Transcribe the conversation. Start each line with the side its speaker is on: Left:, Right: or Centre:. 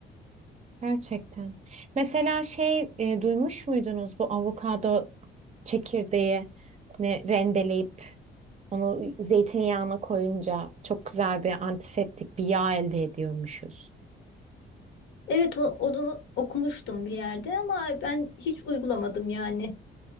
Right: gerçekten. Mesela şey e, duymuş muydunuz bu avokado çekirdeği ne rendeleyip onu zeytinyağına koyunca çok güzel bir antiseptik bir yağ elde ediyormuşuz.
Left: Evet, o- onu okumuştum bir yerde ama ben hiç uygulamadım yani.